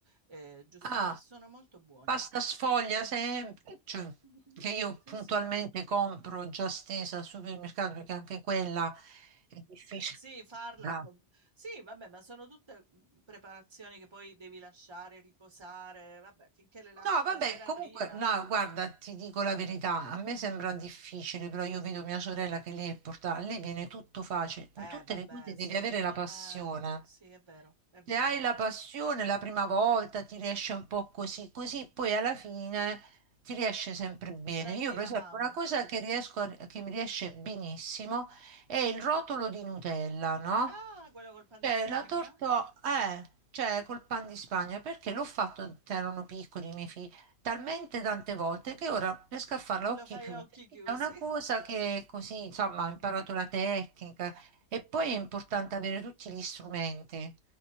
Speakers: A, on the right; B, on the right.
A: Eh, giusto
B: Ah,
A: questo. Sono molto buoni.
B: pasta sfoglia semplice,
A: Mhm,
B: che io
A: Sì,
B: puntualmente
A: sì.
B: compro già stesa al supermercato perché anche quella è difficile.
A: Sì, farla
B: Ah.
A: è com- sì, vabbè, ma sono tutte mhmm, preparazioni che poi devi lasciare riposare, vabbè, finché le lasci
B: No, vabbè,
A: la sera
B: comunque,
A: prima.
B: no, guarda, ti dico la verità, a me sembra difficile, però io vedo mia sorella che lei è portata, a lei viene tutto facile,
A: Eh,
B: in tutte
A: vabbè,
B: le cose devi
A: se
B: avere
A: uno...
B: la passione.
A: Eh, sì, è vero, è vero.
B: Se hai la passione la prima volta ti riesce un po' così, così poi alla fine ti riesce sempre bene.
A: Prendi
B: Io, per
A: la
B: esempio,
A: mano.
B: una cosa che riesco a- che mi riesce benissimo è il rotolo di Nutella, no?
A: Ah, quello col pan
B: Cioè,
A: di Spagna?
B: la torta è, cioè, col pan di Spagna, perché l'ho fatto quando erano piccoli i miei figli, talmente tante volte che ora riesco a farla a occhi
A: Lo fai
B: chiusi.
A: a occhi chiusi?
B: È una cosa
A: <laughs>
B: che così, insomma, ho imparato la tecnica e poi è importante avere tutti gli strumenti.